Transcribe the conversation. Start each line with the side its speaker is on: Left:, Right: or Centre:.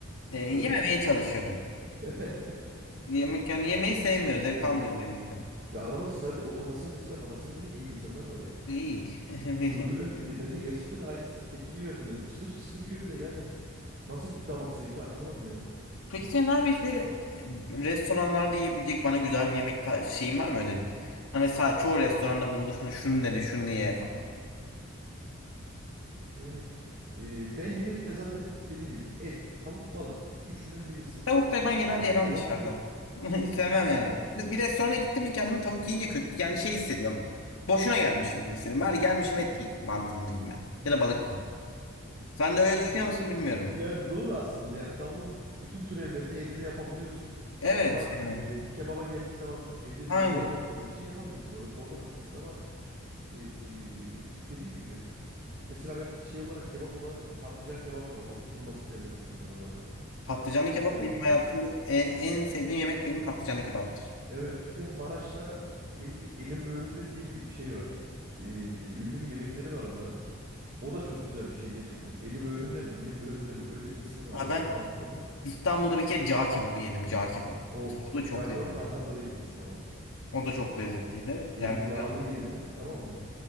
Left: e, yememeye
Right: Hı hı.
Left: çalışıyorum.
Right: <laughs>
Left: Yemek yani yemeği sevmiyoruz.
Right: Bilmiyorum
Left: Zevk almıyorum yemekten.
Right: ya. Ya adamlar sadece o kafasını mesela kafasını bile yiyen insanlar var ya.
Left: İyi. <laughs>
Right: Kuyruğuyla birlikte. Ben de gerçekten aynı s- tepkiyi verdim. Ben de çıtır çıtır yiyor bir de. Yani nasıl bir damak zevki anlamadım yani.
Left: Peki senin abi hiç böyle restoranlarda yiyebilecek bana güzel bir yemek ta- şeyin var mı önerin? Hani sadece çoğu restoranda bulunur. Hani şunu dene, şunu ye
Right: Evet.
Left: falan.
Right: Yani e, ben genellikle zaten dediğim gibi et, tavuk, balık. Üçünden birisi.
Left: Tavuk da ben
Right: E,
Left: genelde yemem
Right: kebap
Left: dışarıda.
Right: türü.
Left: <laughs> Hiç Sevmem yani.
Right: Efendim?
Left: Bir bir restorana gittim mi kendimi tavuk yiyince kötü yani şey hissediyorum. Boşuna gelmişim gibi hissediyorum. Bari gelmişim
Right: Hmm.
Left: et yiyeyim mantığındayım ben. Ya da balık yiyeyim. Sen de öyle düşünüyor
Right: E,
Left: musun bilmiyorum.
Right: Yani doğru aslında. Yani tavuğun bütün türevlerini evde de yapabiliyorsun.
Left: Evet
Right: Ama
Left: yani.
Right: e, bir kebaba geldiği zaman evde
Left: Aynen.
Right: bir ızgaran olmadığı için yapamıyorsun. Orada, orada haklısın ama e, e, dediğin gibi mesela ben şey olarak kebap olarak bu patlıcan kebabı var. Oturtması derler bizim oralarda.
Left: Patlıcanlı
Right: Patlıcan
Left: kebap
Right: oturtması.
Left: benim hayatımda e- en sevdiğim yemek benim patlıcanlı kebaptır.
Right: Evet bir de Maraş'ta neydi? Elim böğrümde diye bir şey var. E, ünlü bir yemekleri var onların. O da çok güzel bir şey gerçekten. Eli böğründe mi? Elim böğründe mi? Öyle bir ismi vardı
Left: Abi
Right: ama
Left: ben
Right: tam hatırlamıyorum.
Left: İstanbul'da bir kere cağ kebabı yedim. Cağ kebabı.
Right: Of,
Left: Mesela o da çok
Right: cağ
Left: lezzetli.
Right: kebabını Ankara'da da yiyeceksin ama.
Left: O da çok lezzetliydi.
Right: Böyle
Left: Yani
Right: yağlı
Left: bilmiyorum.
Right: yerinden tamam mı?